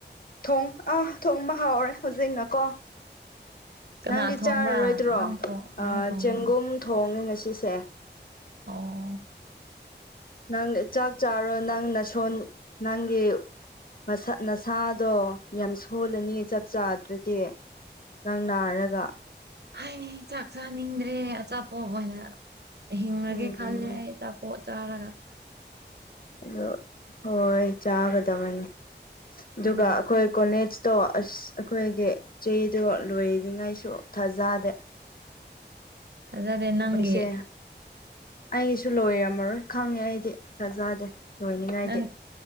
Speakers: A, on the left; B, on the right.
A: ꯊꯣꯡ ꯑꯥ ꯊꯣꯡꯕ ꯍꯥꯎꯔꯦ ꯍꯧꯖꯤꯛꯅꯀꯣ
B: ꯀꯅꯥ
A: ꯅꯪꯗꯤ
B: ꯊꯣꯡꯕ꯭ꯔꯥ
A: ꯆꯥꯔꯔꯣꯏꯗ꯭ꯔꯣ
B: ꯅꯪ ꯊꯣꯡ ꯅꯪ ꯊꯣꯡꯕ꯭ꯔꯥ
A: ꯆꯦꯡꯒꯨꯝ ꯊꯣꯡꯉꯦ ꯉꯁꯤꯁꯦ
B: ꯑꯥ
A: ꯅꯪ ꯆꯥꯛ ꯆꯥꯔꯣ ꯅꯪ ꯅꯁꯣꯟ ꯅꯪꯒꯤ ꯁ ꯅꯁꯥꯗꯣ ꯌꯥꯝ ꯁꯣꯜꯂꯅꯤ ꯆꯥꯛ ꯆꯥꯗ꯭ꯔꯗꯤ ꯅꯪ ꯅꯥꯔꯒ
B: ꯍꯥꯏꯅꯦ ꯆꯥꯛ ꯆꯥꯅꯤꯡꯗ꯭ꯔꯦ ꯑꯆꯥꯄꯣꯠ ꯑꯣꯏꯅ ꯍꯤꯡꯉꯒꯦ
A: ꯎꯝ
B: ꯈꯜꯂꯦ ꯑꯩ ꯑꯆꯥꯄꯣꯠ ꯆꯥꯔꯒ
A: ꯑꯗꯣ ꯍꯣꯏ ꯆꯥꯒꯗꯕꯅꯤ ꯑꯗꯨꯒ
B: ꯎꯝ
A: ꯑꯩꯈꯣꯏ ꯀꯣꯂꯦꯖ ꯇꯣ ꯑꯁ ꯑꯩꯈꯣꯏꯒꯤ ꯆꯦꯗꯣ ꯂꯣꯏꯔꯤꯉꯩꯁꯨ ꯊꯥꯖꯗꯦ
B: ꯑꯗꯦ ꯅꯪꯦ
A: ꯃꯣꯏꯁꯦ ꯑꯩꯁꯨ ꯂꯣꯏꯔꯝꯃꯔꯣꯏ ꯈꯪꯉꯦ ꯑꯩꯗꯤ ꯊꯥꯖꯗꯦ ꯂꯣꯏꯅꯤꯡꯉꯥꯏꯗꯤ
B: ꯅꯪ